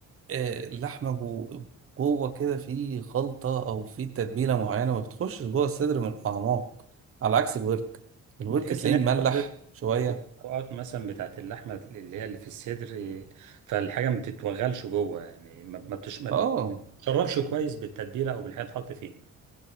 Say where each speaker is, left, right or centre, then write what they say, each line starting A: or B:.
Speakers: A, on the right; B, on the right.
A: آه، اللحمه جو جوه كده في خلطه او في تتبيله معينه ما بتخشش جوه الصدر من الاعماق على عكس الورك الورك
B: بتحس
A: تلاقيه
B: ان هي
A: مملح
B: من كتر
A: شويه
B: من كتر الطبقات مثلا بتاعت اللحمه اللي هي اللي في الصدر إيه، فالحاجه ما بتتوغلش جوه يعني ما ما بتش ما
A: اه
B: بتشربش كويس بالتتبيله او بالحاجه تحط فيه